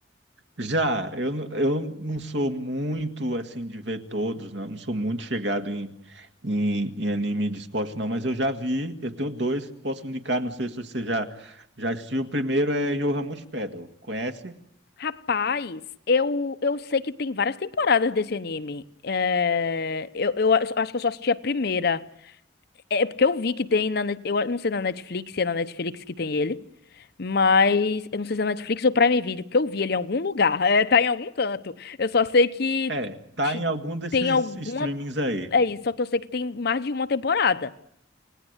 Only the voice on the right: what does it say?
Já, eu, n- eu não sou muito assim de ver todos, não, não sou muito chegado em, em, em anime de esporte, não, mas eu já vi, eu tenho dois que posso indicar, não sei se você já, já assistiu. O primeiro é Yoramushi Pedal, conhece?
É, tá
em algum desses
streamings aí.